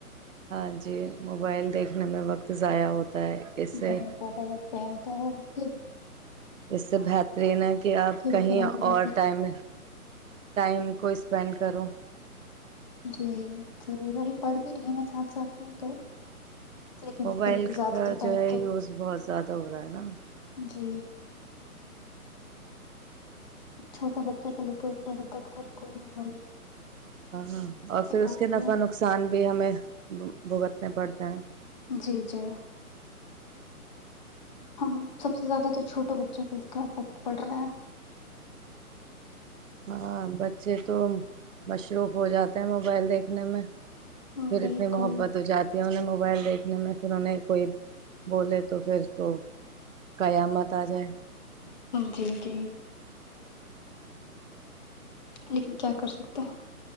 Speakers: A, on the right (about 60°); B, on the left (about 30°).
A: ہاں جی موبائل دیکھنے میں وقت ضائع ہوتا ہے اس سے
B: بہت زیادہ بچہ آتا <unintelligible> ایک <unintelligible>
A: اس سے بہترین ہے کہ آپ کہیں
B: بھی خراب ہو جاتی
A: اور ٹائم ٹائم کو اس اسپینڈ کرو <unintelligible>
B: جی ضرور ابھی پڑھ بھی رہی ہ میں ساتھ ساتھ میں تو لیکن
A: موبائل
B: پھر بھی زیادہ
A: کا
B: تر ٹائم
A: جو ہے
B: تو
A: یوز بہت زیادہ ہو رہا ہے نا
B: جی چھوٹا بچہ سے لے کے پڑھے تک ہر کوئی موبائل
A: ہاں
B: سب
A: اور پھر
B: پاس
A: اس کے نفع
B: ہی ہے
A: نقصان بھی ہمیں بھگتنے پڑتے ہیں
B: جی جی ہم سب سے زیادہ تو چھوٹوں بچوں سےہ اس کا افیکٹ پڑ رہا ہے
A: ہاں بچے تو مصروف ہو جاتے ہیں موبائل دیکھنے میں
B: ہم،
A: پھر
B: بالکل
A: اتنی محبت ہو جاتی ہے انہیں م موبائل دیکھنے میں پھر انہیں کوئی بولے تو پھر تو قیامت آ جائے
B: جی جی لیکن کیا کر سکتے ہیں